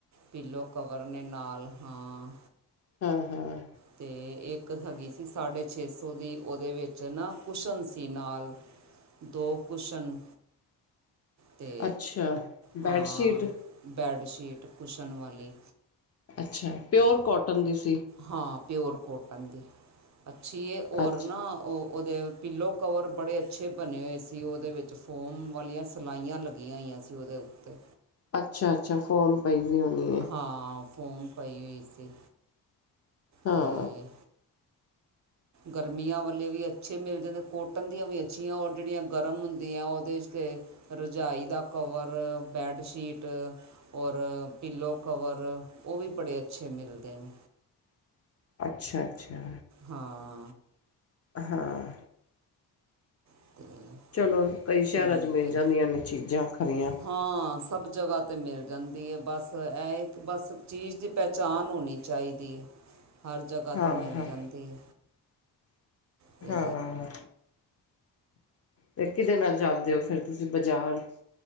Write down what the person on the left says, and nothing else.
ਹਾਂ ਹਾਂ
ਅੱਛਾ।
ਬੈਡਸ਼ੀਟ,
ਅਛਾ ਪਿਓਰ ਕੋਟਨ ਦੀ ਸੀ।
ਅੱਛਾ।
ਅਛਾ ਅਛਾ ਫੋਮ ਪਈ ਵੀ ਉਦੀ
ਹਾਂ,
ਅਛਾ ਅਛਾ
ਹਾਂ‌।
ਚਲੋ ਕਈ ਸ਼ਹਿਰਾਂ
ਚ ਮਿਲ
ਜਾਦੀਆਂ ਨੇ ਚੀਜਾ ਖਰੀਆਂ
ਹਾਂ,
ਹਾਂ,
ਹਾਂ ਤੇ ਕਿਦੇ ਨਾਲ ਜਾਦੇ ਹੋ ਫਿਰ ਤੁਸੀ ਬਾਜ਼ਾਰ?